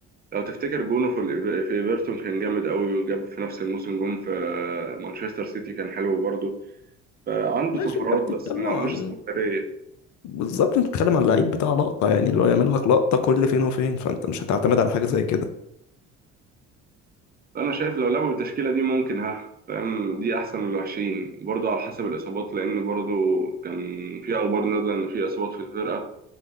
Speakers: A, on the right (about 25°); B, on the left (about 55°).
A: لو تفتكر جونه في الإيف- في ايفرتون كان جامد قوي وجاب في نفس الموسم جون في آه، مانشستر سيتي كان حلو برضه آه، عنده
B: ماشي
A: سفرات
B: انت بتتكلم
A: بس ما عندوش
B: عن
A: استمرارية
B: بالظبط انت بتتكلم عن لعيب بتاع لقطة يعني اللي هو يعمل لك لقطة كل فين وفين فانت مش هتعتمد على حاجة زي كده
A: انا شايف لو لعبوا بالتشكيله دي ممكن ها فاهم دي احسن من الوحشين برضو على حسب الاصابات لان برضو كان في اخبار نازله ان في اصابات في الفرقه